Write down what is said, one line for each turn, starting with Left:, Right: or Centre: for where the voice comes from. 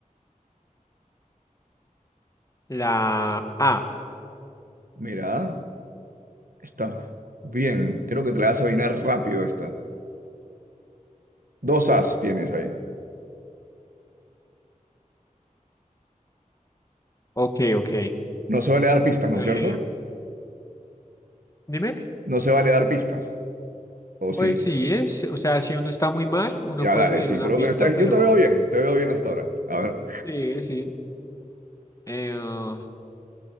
Left: la A.
Right: Mira, está bien. Creo que te la vas a adivinar rápido esta. Dos as tienes ahí.
Left: Ok, ok.
Right: No se vale dar pistas, ¿no
Left: Em,
Right: es cierto?
Left: dime.
Right: No se vale dar pistas. ¿O sí?
Left: Pues sí, es, o sea, si uno está muy mal, uno
Right: Ya,
Left: puede
Right: dale,
Left: pedir
Right: sí.
Left: una
Right: Pero
Left: pista,
Right: está-
Left: pero
Right: yo te veo bien. Te veo bien hasta ahora. A ver.
Left: sí, sí. Eh, ah,